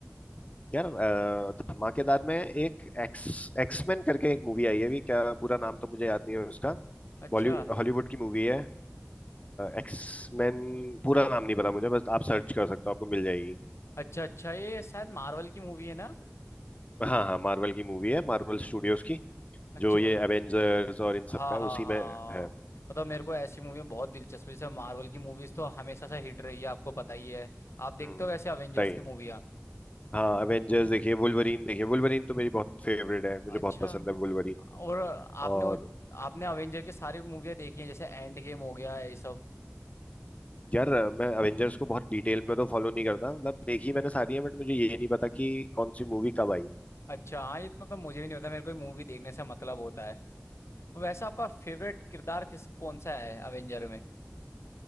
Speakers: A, on the left (about 30°); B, on the left (about 70°).
A: यार अ, धमाकेदार में एक एक्स एक्समैन करके एक मूवी आई है अभी क्या पूरा नाम तो मुझे याद नहीं है उसका
B: अच्छा
A: बॉलीवुड हॉलीवुड की मूवी है एक्समैन पूरा नाम नहीं पता मुझे बस आप सर्च कर सकते हो आपको मिल जाएगी
B: अच्छा अच्छा ये शायद मार्वल की मूवी है ना
A: हाँ हाँ मार्वल की मूवी है मार्वल स्टूडियोज की
B: अच्छा
A: जो ये एवेंजर्स और इन सब
B: हाँ
A: का है,
B: हाँ
A: उसी में
B: हाँ
A: है
B: मतलब मेरे को ऐसी मूवी में बहुत दिलचस्पी जैसे मार्वल की मूवीज तो हमेशा से हिट रही है आपको पता ही है आप देखते
A: हम्म
B: हो वैसे अवेंजर्स
A: राइट
B: की मूवियाँ
A: हाँ एवेंजर्स देखिए वुल्वरीन देखिए वुल्वरीन तो मेरी बहुत फेवरेट है मुझे
B: अच्छा
A: बहुत पसंद है वुल्वरीन
B: और आपने
A: और
B: वो आपने अवेंजर के सारी मूवियाँ देखी हैं जैसे एंड गेम हो गया ये सब
A: यार मैं एवेंजर्स को बहुत डिटेल में तो फॉलो नहीं करता मतलब देखी मैंने सारी है बट मुझे ये नहीं पता कि कौन सी मूवी कब आई
B: अच्छा हाँ ये इतना तो मुझे भी नहीं होता मेरे को मूवी देखने से मतलब होता है वैसे आपका फेवरेट किरदार किस कौन सा है अवेंजर में